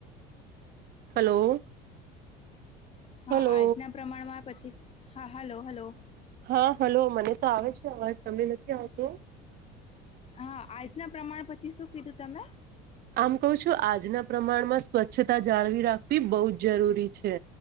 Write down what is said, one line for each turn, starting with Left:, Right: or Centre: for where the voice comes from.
Right: હલો
Left: હા
Right: હલો
Left: આજના પ્રમાણમાં પછી હા હલો હલો
Right: હા હલો મને તો આવે છે અવાજ તમને નથી આવતો
Left: હા આજના પ્રમાણ પછી શું કીધું તમે
Right: આમ કહું છું આજના પ્રમાણમાં સ્વચ્છતા જાળવી રાખવી બહુ જ જરૂરી છે